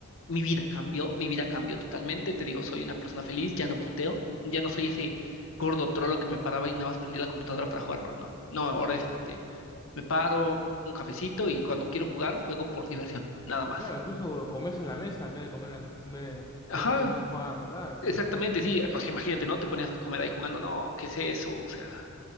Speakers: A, on the left (about 60°); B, on the left (about 15°).
A: Mi vida cambió, mi vida cambió totalmente, te digo, soy una persona feliz, ya no puteo, ya no soy ese gordo trolo que me paraba y nada más prendía la computadora para jugar LOL, no. No, ahora es este, me paro, un cafecito y cuando quiero jugar, juego por diversión, nada más.
B: Claro, incluso comes en la mesa en vez de comer en la en vez de, en
A: Ajá,
B: vez de estar comiendo jugando, claro.
A: exactamente, sí, o sea, imagínate, ¿no? Te ponías a comer ahí jugando, no, ¿qué es eso? O sea...